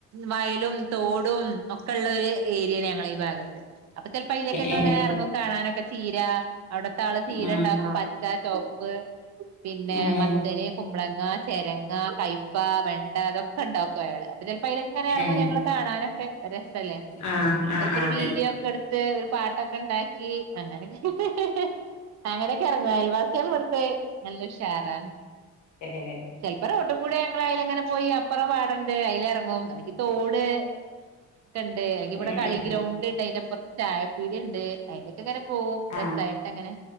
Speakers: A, on the right; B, on the left.
A: വയലും തോടും ഒക്കെ ള്ള ഒരു ഏരിയാണ് ഞങ്ങള ഈ ഭാഗത്ത്, അപ്പൊ ചെലപ്പോ അയിലേക്ക ഞങ്ങൾ
B: ഏഹ്
A: ഇങ്ങനെ
B: ഏഹ്
A: ഇറങ്ങും കാണാനൊക്കെ ചീരാ, അവിടത്തെആള് ചീര
B: ആഹ്
A: ണ്ടാക്കും പച്ച ചോപ്പ് പിന്നെ
B: ഏഹ്
A: മത്തന്, കുമ്പളങ്ങ, ചെരങ്ങ, കയ്പ, വെണ്ട, തൊക്കെ ണ്ടാക്കും അയാള് ചിലപ്പോ അയിലക്ക ങ്ങനെ ഇറങ്ങും
B: ഏഹ്
A: ഞങ്ങള്ൾ കാണാനൊക്കെ രസല്ലേ
B: ആഹ് ആഹ്
A: ചിലപ്പോ
B: ആഹ്
A: ഒരു
B: അതന്നെ
A: വീഡിയോ ഒക്കെ എടുത്ത് ഒരു പാട്ടൊക്കെ ണ്ടാക്കി അങ്ങനൊക്കെ ഹി ഹി ഹി അങ്ങനെയൊക്കെ ഇറങ്ങ അയൽവാസിള് ഇവിടെത്തെ കേറാൻ,
B: ഏഹ്
A: ചെൽപ്പം റോട്ട് കൂടെ ഞങ്ങളയിലെങ്ങനെ പോയി അപ്പുറ പാടണ്ട് അതില ഇറങ്ങും എനിക്ക് തോട് ഒ ഉണ്ട് അല്ലെങ്കിൽ ഇവിടെ
B: ഉം
A: കളി
B: ഉം
A: ഗ്രൗണ്ട് ഉണ്ട് അതിനപ്പുറത്ത് ചായ <unintelligible> ണ്ട് അതിലക്കെ അങ്ങനെ പോും
B: ആഹ്
A: രസമായിട്ട് അങ്ങനെ